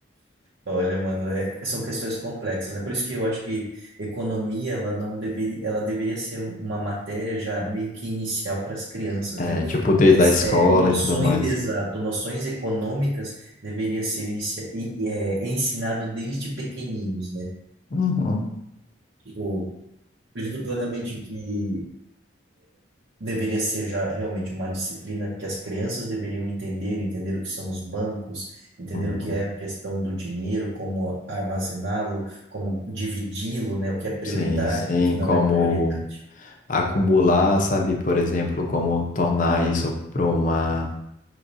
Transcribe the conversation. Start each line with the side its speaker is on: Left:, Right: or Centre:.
Right: Olha, mano, é- são questões complexas, né? Por isso que eu acho que economia, ela não deveria, ela deveria ser um- uma matéria já meio que inicial para as crianças,
Left: É,
Right: né?
Left: tipo, desde a escola
Right: É, é, noções,
Left: e tudo mais.
Right: exato, noções econômicas deveria ser inicia, e- é, ensinado desde pequeninos, né?
Left: Uhum,
Right: Tipo, acredito plenamente que deveria ser já realmente uma disciplina que as crianças deveriam entender, entender o que são os bancos, entender
Left: uhum.
Right: o que é a questão do dinheiro, como armazená-lo, como dividi-lo, né? O que é prioridade,
Left: Sim, sim,
Right: o que não
Left: como
Right: é prioridade.
Left: acumular, sabe? Por exemplo, como tornar isso para uma